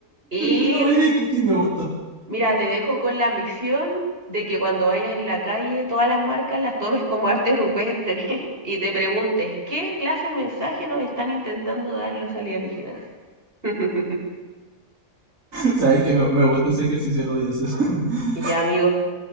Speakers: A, on the right (about 45°); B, on the right (about 85°).
A: Y
B: No lo voy a discutir, me gustó.
A: mira, te dejo con la misión de que cuando vayas en la calle, todas las marcas las tomes como arte rupestre <laughs> y te preguntes, ¿qué clase de mensaje nos están intentando dar los alienígenas? <laughs>
B: Sabes que me, me gustó ese ejercicio, lo voy a hacer. <laughs>
A: Y ya, amigo,